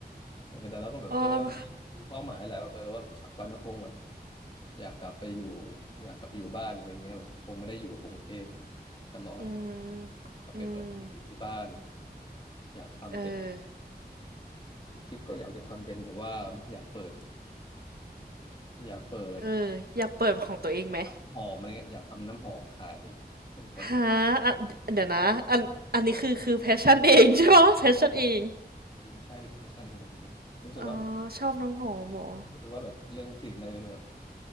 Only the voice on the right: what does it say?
เออ
อืม
อืม
เออ
เอออยากเปิดของตัวเองไหม
ฮะอ่ะเดี๋ยวนะอันอันนี้คือคือแพชชั่นเองใช่ไหมแพชชั่นเอง
อ๋อชอบน้ำหอมเหรอ